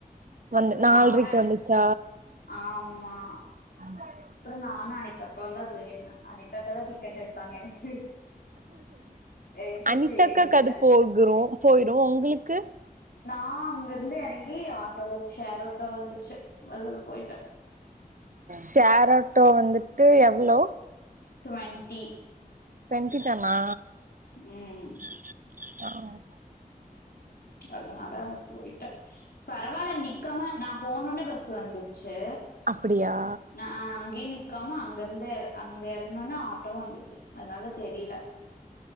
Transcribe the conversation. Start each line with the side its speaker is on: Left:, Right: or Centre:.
Right: வந்து
Left: ப்புற
Right: நால்ரைக்கு
Left: நான
Right: வந்துச்சா
Left: ஆமா
Right: <inaudible>
Left: ப்புற நானு அனிதா அக்காவு தா அதுல ஏற்ன அனிதா அக்கா தா டிக்கெட் எடுத்தாங்க எனக்கு என்ட்ட
Right: அனிதாக்கா
Left: சேஞ்ச் இல்ல.
Right: அது போகுரும் போயிரும் உங்களுக்கு
Left: நான் அங்க இருந்து எறங்கி ஆட்டோல ஷேர் ஆட்டோ வந்துச்சு அதுல போயிட்டேன்
Right: ஷோர் ஆட்டோ வந்துட்டு எவ்ளோ
Left: ட்வன்ட்டி
Right: ட்வென்ட்டி தனா
Left: ம்
Right: <unintelligible>
Left: அதனால போயிட்டேன் பரவாயில்ல நிக்காம நான் போன ஒட்னே பஸ் வந்துச்சு
Right: அப்டியா
Left: ஹ அங்கேயே நிக்காம அங்க இருந்து அங்க எறங்குனோன்ன ஆட்டோ வந்துச்சு அதனால தெரியல